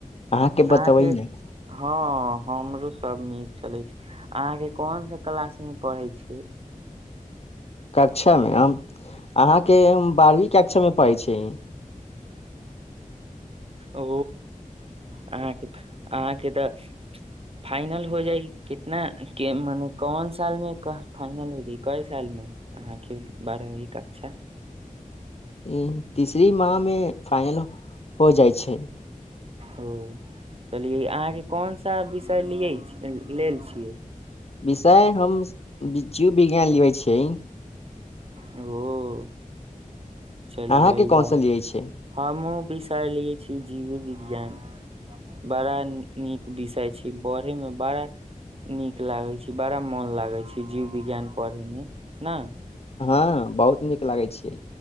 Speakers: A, on the left; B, on the right.
A: अहाँके
B: अहके
A: बतबै ने
B: हँ हमरो सब नीक चलै छै अहाँके कोन सा क्लास पढ़ै छियै
A: कक्षामे हम अहाँके हम बारहवीं कक्षामे पढ़ै छी
B: ओ अहाँके अहाँके तऽ फाइनल हो जाइ कितना के मने कोन साल मे फाइनल हो जाय कए साल मे अहाँके बारेमे भी कक्षा
A: ह तीसरी माह मे फाइनल हो जाइ छै ठीक
B: ओ चले अहाँके कोन सा विषय लिय लेल छियै
A: विषय हम जीव विज्ञान लेबै छ
B: ओ चलियै
A: अहाँके
B: एहि
A: कोन
B: बार
A: सा लियै छै
B: हमहुँ विषय लिय छीिय जीवी विज्ञान बड़ा नीक विषय छै पढ़े मे बड़ा नीक लागै छै बड़ा मन लागै छै जीव विज्ञान पढ़े मे ने
A: हँ बहुत नीक लागै छै